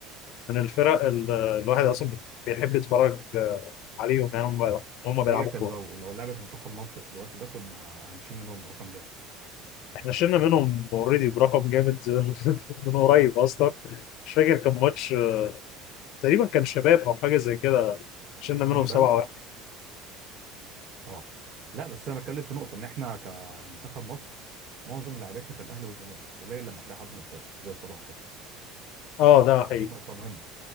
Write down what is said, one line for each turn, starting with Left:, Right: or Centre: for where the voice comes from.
Left: من الفرق ال- الواحد اصلا بت- بيحب يتفرج آه، عليهم يعني هم هم بيلعبوا
Right: هي كان
Left: كوره
Right: لو لو لعبت منتخب مصر في الوقت ده كنا هنشيل منهم رقم جامد
Left: احنا شلنا منهم اوريدي برقم جامد <laughs> من قريب اصلا مش فاكر كان ماتش تقريبا كان شباب او حاجه زي كده شلنا منهم
Right: اشبال
Left: 7 1
Right: اه لا بس انا بتكلم في نقطه ان احنا كمنتخب مصر معظم لعيبتنا في الاهلي والزمالك قليل لما تلاقي حد محترف زي صلاح كده
Left: اه ده حقيقي
Right: دي نقطه مهمه